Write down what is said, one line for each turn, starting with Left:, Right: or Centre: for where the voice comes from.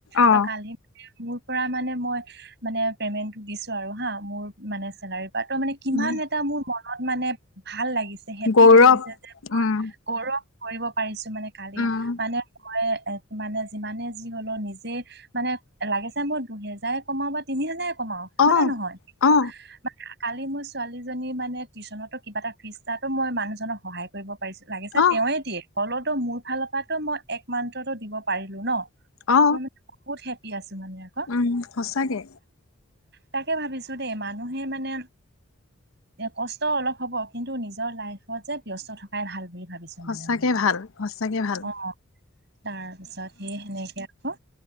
Left: অ
Right: ত কালি মানে মোৰ পৰা মানে মই মানে পেমেণ্টো দিছো আৰু হা মোৰ মানে চেলা তো মানে কিমান
Left: উম
Right: এটা মোৰ মনত মানে ভাল লাগিছে হেপি
Left: গৌৰৱ
Right: লাগিছে যে মই
Left: উম
Right: গৌৰৱ কৰিব পাৰিছো মানে কালি
Left: উম
Right: মানে মই এ মানে যিমানে যি হলো নিজে মানে লাগে চাই মই দুহেজাৰে কমাও বা তিনি হেজাৰে কমাও হয়
Left: অ
Right: নে নহয় কিন্তু
Left: অ
Right: মানে মোৰ ছোৱালীজনী মানে টিউশনতো কিবা এটা ফিজ দাতো মই মানুহজনক সহায় কৰিব পাৰিছো লাগিছে
Left: অ
Right: তেওঁৱে দিয়ে হলতো মোৰ ফালৰ পা টো মই একমাত্ৰতো দিব পাৰিলো ন
Left: অ
Right: মোৰ ম বহুত হেপী আছো মানে আকৌ
Left: উম সচাকে
Right: তাকে ভাবিছো দেই মানুহে মানে কষ্ট অলপ হ'ব কিন্তু নিজৰ লাইফত যে ব্যস্ত থকাই ভাল বুলি ভাবিছো
Left: সঁচাকে
Right: মানে মই
Left: ভাল সঁচাকে ভাল
Right: অ তাৰ পিছত সেই সেনেকে আকৌ